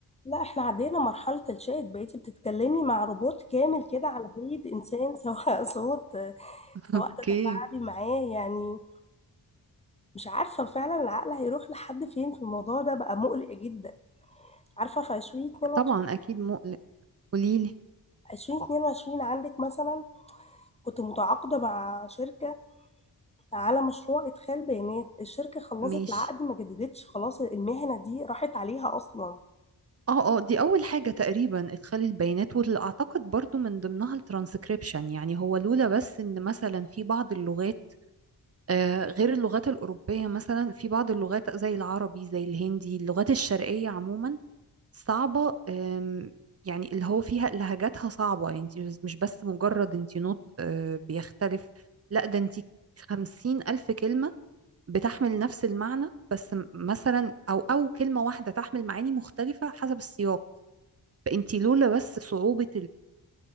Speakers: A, on the left; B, on the right.
A: لا احنا عدينا مرحلة الشات بقيتي بتتكلمي مع روبوت كامل كده على هيئة انسان سواء <laughs> صوت آه، سواء
B: اوكي
A: تتفاعلي معاه يعني مش عارفة فعلا العقل هيروح لحد فين في الموضوع ده بقى مقلق جدا عارفة في عشرين اتنين وعشرين
B: طبعا اكيد مقلق قوليلي
A: عشرين اتنين وعشرين عندك مثلا كنت متعاقدة مع شركة على مشروع إدخال بيانات الشركة خلصت
B: ماشي
A: العقد ما جددتش خلاص المهنة دي راحت عليها أصلا
B: اه اه دي اول حاجة تقريبا ادخال البيانات واللي اعتقد برضو من ضمنها الترانسكريبشن يعني هو لولا بس ان مثلا في بعض اللغات آه، غير اللغات الأوروبية مثلا في بعض اللغات زي العربي زي الهندي اللغات الشرقية عموما صعبة آم، يعني اللي هو فيها لهجاتها صعبة يعني انت مش مش بس مجرد انت نطق آه، بيختلف لا ده انت خمسين ألف كلمة بتحمل نفس المعنى بس م- مثلا أو أو كلمة واحدة تحمل معاني مختلفة حسب السياق فانت لولا بس صعوبة